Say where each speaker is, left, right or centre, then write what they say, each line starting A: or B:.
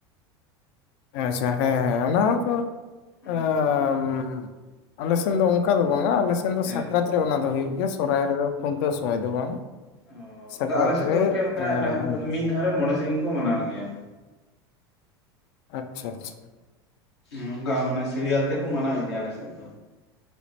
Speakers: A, on the left; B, on the left.
A: ᱟᱪᱪᱷᱟ ᱦᱮᱸ ᱦᱮᱸ ᱚᱱᱟ ᱦᱚᱸᱛᱚ᱾
B: ᱦᱮᱸ
A: ᱮᱸ
B: ᱦᱮᱸ
A: ᱟᱞᱮᱥᱮᱱ ᱫᱚ ᱚᱱᱠᱟ ᱫᱚ ᱵᱟᱝ ᱟᱞ ᱫᱚ
B: ᱦᱮᱸ
A: ᱥᱟᱠᱨᱟᱛ
B: ᱜᱚᱢᱠᱮ
A: ᱨᱮ ᱚᱱᱟ ᱫᱚ ᱦᱩᱭᱩᱜ ᱜᱮᱭᱟ᱾ ᱥᱚᱨᱦᱟᱭ ᱨᱮᱫᱚ ᱠᱷᱩᱱᱴᱹᱣ ᱥᱚᱢᱚᱭ ᱫᱚ ᱵᱟᱝ?
B: ᱚ
A: ᱥᱟᱠᱨᱟᱛ
B: ᱟᱫᱚ ᱟᱞᱮ ᱥᱮᱫ
A: ᱨᱮ
B: ᱫᱚ ᱚᱱᱠᱟ
A: ᱟᱸ, ᱦᱩᱭᱩᱜ ᱠᱟᱱᱟ।
B: ᱢᱤᱫ ᱫᱷᱟᱣ ᱢᱚᱬᱮᱸ ᱥᱤᱝ ᱠᱚ ᱢᱟᱱᱟᱣ ᱜᱮᱭᱟ᱾
A: ᱟᱪᱪᱷᱼᱟ ᱟᱪᱪᱷᱼᱟ᱾
B: ᱱᱚᱝᱠᱟ ᱢᱟᱱᱮ ᱥᱤᱨᱤᱭᱟᱞ ᱛᱮᱠᱚ ᱢᱟᱱᱟᱣ ᱤᱫᱤᱭᱟ ᱟᱞᱮ ᱥᱮᱫ ᱫᱚ᱾